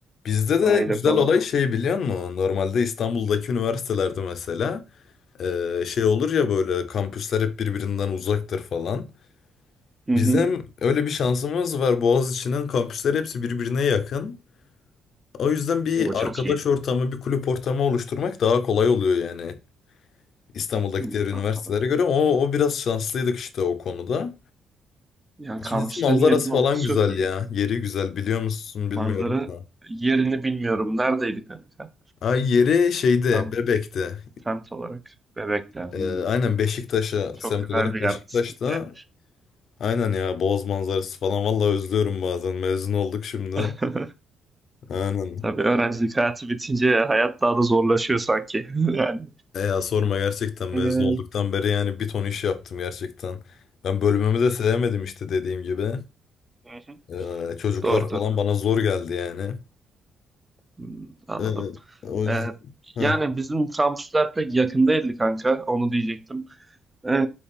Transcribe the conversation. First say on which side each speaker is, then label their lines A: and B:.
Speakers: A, on the left (about 65°); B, on the right (about 15°).
A: Bizde
B: Sahile
A: de güzel
B: falan.
A: olay şey biliyor musun? Normalde İstanbul'daki üniversitelerde mesela e, şey olur ya böyle kampüsler hep birbirinden uzaktır falan.
B: Hı
A: Bizim
B: hı.
A: öyle bir şansımız var. Boğaziçi'nin kampüsleri hepsi birbirine yakın. O yüzden bir
B: O çok
A: arkadaş
B: iyi.
A: ortamı, bir kulüp ortamı oluşturmak daha kolay oluyor yani. İstanbul'daki
B: Hı,
A: diğer üniversitelere
B: Anladım.
A: göre. O, o biraz şanslıydık işte o konuda.
B: Ya
A: İkincisi
B: kampüslerin
A: manzarası
B: yakın olması
A: falan güzel
B: çok iyi.
A: ya. Yeri güzel biliyor musun
B: Manzara
A: bilmiyorum da.
B: yerini bilmiyorum. Neredeydi kanka?
A: Ha, yeri şeyde
B: Tam
A: Bebek'te.
B: semt olarak. Bebek'te.
A: Ee,
B: Hmm.
A: aynen Beşiktaş'a
B: Çok
A: semt
B: güzel
A: olarak
B: bir
A: Beşiktaş'ta.
B: yerdesiniz ya.
A: Aynen ya Boğaz manzarası falan vallahi özlüyorum bazen. Mezun olduk şimdi.
B: <laughs>
A: Aynen.
B: Tabii öğrencilik hayatı bitince hayat daha da zorlaşıyor sanki. <laughs> Yani.
A: E ya sorma gerçekten mezun
B: Ee,
A: olduktan beri yani bir ton iş yaptım gerçekten. Ben bölümümü de sevmedim işte dediğim gibi.
B: Hı hı.
A: Ee, çocuklar
B: Doğrudur.
A: falan bana zor geldi yani.
B: Hmm, Anladım.
A: Ee, o yüzden.
B: Ee,
A: Heh.
B: yani bizim kampüsler pek yakın değildi kanka. Onu diyecektim. Ee,